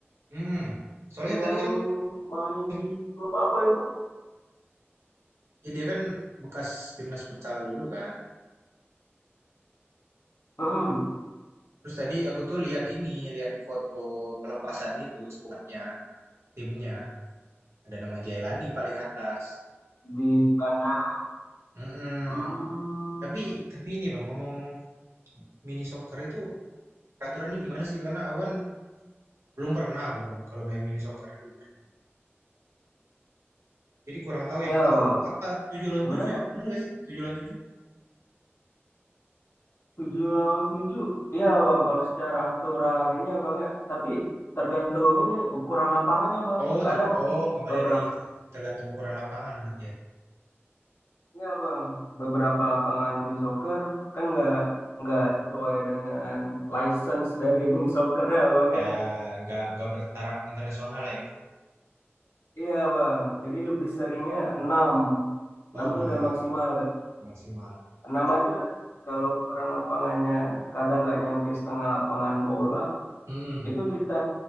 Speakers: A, on the right; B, on the left.
A: Hmm. Soalnya
B: yang
A: tadi kan
B: main
A: tim-
B: di klub apa itu, Bang?
A: ya dia kan bekas timnas futsal dulu kan.
B: Mm,
A: Terus tadi aku tuh lihat ini, lihat foto pelepasan gitu skuadnya, timnya. Ada nama Jailani paling atas.
B: di bandara.
A: Mm-mm.
B: Hmm,
A: Tapi tapi ini Bang, ngomong-ngomong mini soccer itu peraturannya gimana sih? Karena aku kan belum pernah aku Bang kalau main mini soccer ini belum pernah. Jadi kurang tahu
B: iya
A: yang tahu
B: bang.
A: apa 7 lawan
B: Sebenarnya
A: 7 ya? Benar nggak sih? tujuh lawan 7?
B: tujuh lawan tujuh, iya bang. Kalau secara aturan ini ya bang ya, tapi tergantung ini ukuran lapangannya bang.
A: Oh,
B: Kadang
A: ter- oh kembali
B: beberapa,
A: lagi ke- tergantung ukuran lapangan berarti ya.
B: ya bang, beberapa lapangan mini soccer kan nggak nggak sesuai dengan license dari <laughs> mini soccer ya bang
A: Ya,
B: ya.
A: nggak nggak bertaraf internasional ya gitu. ya.
B: Iya bang, jadi lebih seringnya 6, enam
A: Oh,
B: tuh
A: nah
B: udah maksimal kan.
A: maksimal.
B: 6
A: Tapi,
B: aja kalau ukuran lapangannya kadang nggak nyampe setengah lapangan bola,
A: Mm-mm.
B: itu kita